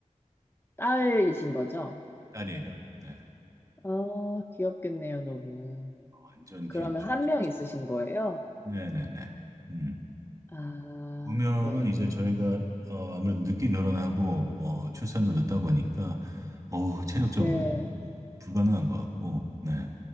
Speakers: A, on the left (about 15°); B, on the right (about 25°).
A: 딸이신 거죠?
B: 딸이에요. 네,
A: 아, 귀엽겠네요, 너무.
B: 완전
A: 그러면
B: 귀엽죠,
A: 한
B: 진짜.
A: 명 있으신 거예요?
B: 네네네. 음.
A: 아,
B: 우명은
A: 네,
B: 이제
A: 네.
B: 저희가, 어, 아무래도 늦게 결혼하고, 뭐, 출산도 늦다 보니까, 어우, 체력적으로
A: 네.
B: 불가능한 것 같고, 네.